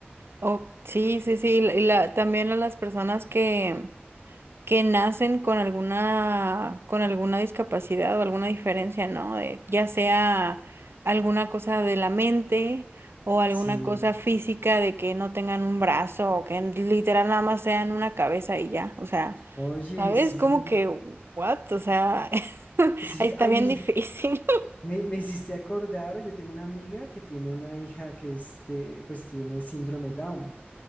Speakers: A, on the right (about 75°); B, on the left (about 40°).
A: o sí, sí, sí. Y la, y la- también a las personas que, que nacen con alguna, con alguna discapacidad o alguna diferencia, ¿no? De, ya sea alguna cosa de la mente o alguna
B: Sí,
A: cosa física de que no tengan un brazo o que literal nada más sean una cabeza y ya. O sea,
B: oye,
A: ¿sabes?
B: sí,
A: Como que, what? O sea, <laughs>
B: sí,
A: ahí está
B: ay,
A: bien
B: me,
A: difícil.
B: me, me hiciste acordar, yo tengo una amiga que tiene una hija que este, pues tiene síndrome Down.